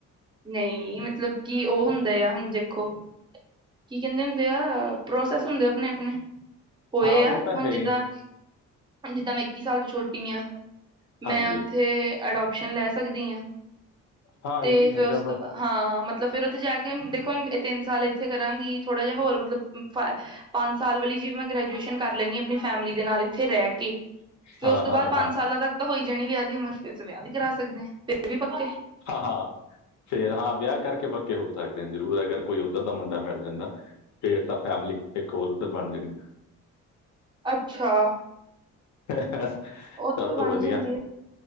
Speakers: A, on the right (about 15°); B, on the left (about 65°).
A: ਨਹੀਂ ਮਤਲਬ ਕਿ ਉਹ ਹੁੰਦਾ ਆ ਹੁਣ ਦੇਖੋ। ਕੀ ਕਹਿੰਦੇ ਹੁੰਦੇ ਆ ਪ੍ਰੋਸੈਸ ਹੁੰਦੇ ਆਪਣੇ ਆਪਣੇ ਹੋਏ
B: ਹਾਂ ਉਹ
A: ਆ
B: ਤਾਂ
A: ਹੁਣ
B: ਹੈ
A: ਜਿੱਦਾਂ
B: ਹੀ।
A: ਜਿੱਦਾਂ ਮੈਂ ਇੱਕੀ ਸਾਲ ਤੋਂ ਛੋਟੀ ਹਾਂ।
B: ਹਾਂਜੀ
A: ਮੈਂ ਉੱਥੇ ਅਡੋਪਸ਼ਨ ਲੈ ਸਕਦੀ ਹਾਂ
B: ਹਾਂ
A: ਤੇ
B: ਇਹ ਵੀ ਹੈਗਾ
A: ਫਿਰ ਉਸ
B: ਵਾ
A: ਤੋਂ ਬਾਅਦ ਹਾਂ ਮਤਲਬ ਫਿਰ ਉੱਥੇ ਜਾ ਕੇ ਅਮ ਦੇਖੋ ਇਹ ਤਿੰਨ ਸਾਲ ਇੱਥੇ ਕਰਾਂਗੀ ਥੋੜਾ ਜਿਹਾ ਹੋਰ ਮਤਲਬ ਪੰਜ ਸਾਲ ਵਾਲੀ ਜਿ ਮੈਂ ਗ੍ਰੈਜੂਏਸ਼ਨ ਕਰ ਲੈਂਦੀ ਆ ਆਪਣੀ ਫੈਮਿਲੀ ਦੇ ਨਾਲ ਇੱਥੇ ਰਹਿ ਕੇ ਫਿਰ
B: ਹਾਂ
A: ਉਸ ਤੋਂ
B: ਹਾਂ
A: ਬਾਅਦ
B: ਹਾਂ
A: ਪੰਜ ਸਾਲਾਂ ਤੱਕ ਤਾਂ ਹੋਈ ਜਣੀ ਵਿਆਹ ਦੀ ਉਮਰ ਵਿੱਚ ਵਿਆਹ ਵੀ ਕਰਾ ਸਕਦੇ ਹੈ ਫਿਰ ਵੀ ਪੱਕੇ
B: ਹਾਂ ਹਾਂ ਫੇਰ ਹਾਂ ਵਿਆਹ ਕਰਕੇ ਪੱਕੇ ਹੋ ਸਕਦੇ ਨੇ ਜ਼ਰੂਰ ਅਗਰ ਕੋਈ ਉੱਧਰ ਦਾ ਮੁੰਡਾ ਮਿਲ ਸਕਦਾ ਹੈ ਸਟੇਟਸ ਆ ਫੈਮਿਲੀ ਇੱਕ ਹੋਰ ਉੱਧਰ ਬਣ ਜਾਣੀ।
A: ਅੱਛਾ
B: ਅਹ ਅਹ ਸਭ
A: ਉਹ ਤੇ ਵੀ ਬਣ
B: ਤੋ ਵਧੀਆ
A: ਜਾਂਦੀ ਹੈ